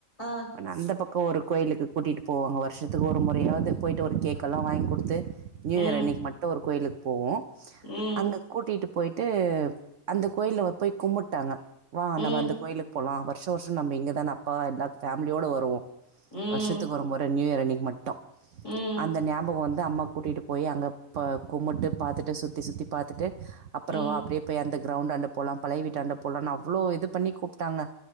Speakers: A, on the left; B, on the right.
A: அ
B: அனா அந்த பக்கோ ஒரு கோயிலுக்கு கூட்டிட்டு போவாங்க வர்ஷத்துக்கு ஒரு முறயாவ்து போய்ட்டு ஒரு கேக் கல்லா வாங் குடுத்து நியூயர்
A: ம்
B: அன்னக்கி மட்டு ஒரு கோய்லுக் போவோ
A: ம்
B: அங்க கூட்டிட்டு பொய்ட்டு அந்த கோயில்லவ போய் கும்முட்டாங்க வா நம்ம
A: ம்
B: அந்த கோயிலுக் போலா வர் ஷோர்ஷோ நம்ம இங்கதான அப்பா எல்லாத் ஃபேம்லியோட வருவோ
A: ம்
B: வர்ஷத்துக் ஒரு முற நியூயர் அன்னிக்கி மட்டு
A: ம்
B: அந்த ஞாபகோ வந்து அம்மா கூட்டிட்டு போய் அங்கப்பா கும்புட்டு பாத்துட்டு சுத்தி சுத்தி பாத்துட்டு அப்பற
A: ம்
B: வா அப்டியே பேய் அந்த க்ரௌண்டாண்ட போலா பழை வீட்டாண்ட போலானு அவ்ளோ இது பண்ணி கூப்ட்டாங்க